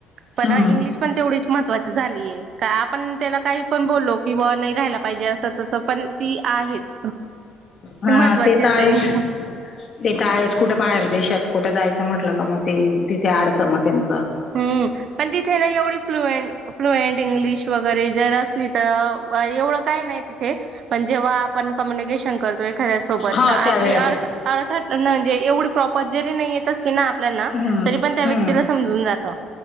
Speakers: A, on the right; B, on the left.
A: पण
B: हम्म.
A: इंग्लिश पण तेवढीच महत्वाची झाली आहे का आपण त्याला काही पण बोललो की नाही राहायला पाहिजे अस तस पण ती आहेच
B: हा
A: महत्त्वाचीच
B: ते तर आहेच
A: आहे.
B: ते तर आहेच कुठे बाहेर दे शात कुठ जायचं म्हटलं का मग ते तिे आडतं मग त्यांच
A: हम् पण तिथे ना एवढी फ्लुएंट फ्लुएंट इंग्लिश वगैरे जर असली तर एवढं काहीं नाही तिथे पण जेव्हा आपण कम्युनिकेशन शन करतो एखाद्या सोबत
B: हो
A: तर आपली
B: त्यावेळेस
A: अढक अढकट म्हणजे एवढी पप्रॉपर जरी नाही येत असली ना आपल्याना
B: हम्म
A: तरी पण त्या
B: हम्म
A: व्यक्तीला समजून जात